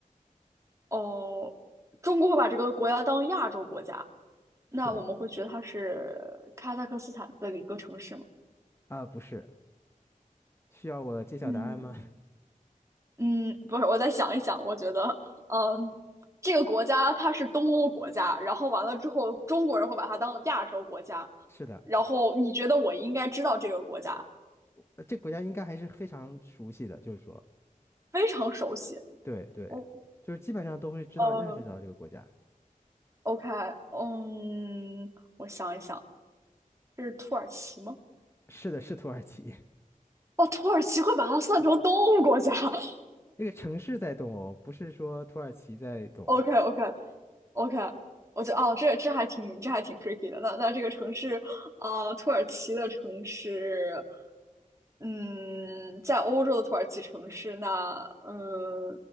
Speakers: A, on the right (about 20°); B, on the left (about 15°).
A: 哦，中国会把这个国家当亚洲国家，那我们会觉得它是哈萨克斯坦的一个城市吗？
B: 是的，啊，不是，需要我揭晓答案吗？
A: 嗯嗯，不是，我再想一想，我觉得，嗯，这个国家它是东欧国家，然后完了之后，中国人会把它当亚洲国家，
B: <laughs> 是的，
A: 然后你觉得我应该知道这个国家，
B: 呃，这个国家应该还是非常熟悉的，就是说。
A: 非常熟悉。
B: 对对，
A: 哦，
B: 就是基本上都会知道认识到这个国家。
A: 呃，OK，嗯，我想一想，这是土耳其吗？
B: 是的，是土耳其，
A: 哦，土耳其会把它算成东欧国家，<laughs>
B: <laughs> 那个城市在东欧，不是说土耳其在东欧。
A: OK OK OK，我觉得哦，这这还挺这还挺 tricky 的。那那这个城市，呃，土耳其的城市，嗯，在欧洲的土耳其城市，那嗯，